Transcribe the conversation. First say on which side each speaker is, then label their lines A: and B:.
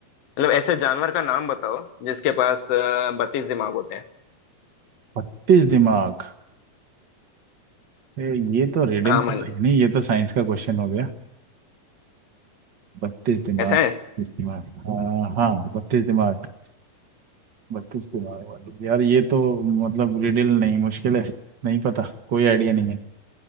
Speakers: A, on the left (about 55°); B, on the right (about 45°).
A: मतलब ऐसे जानवर का नाम बताओ जिसके पास बत्तीस दिमाग होते हैं
B: बत्तीस दिमाग ए, ये तो रिडल
A: हाँ
B: तो
A: मान
B: नहीं
A: ली
B: नहीं ये तो साइंस का क्वेश्चन हो गया बत्तीस दिमाग
A: ऐसा है
B: बत्तीस दिमाग आ, हाँ बत्तीस दिमाग बत्तीस दिमाग वाली यार ये तो मतलब रिडल नहीं मुश्किल है नहीं पता कोई आइडिया नहीं है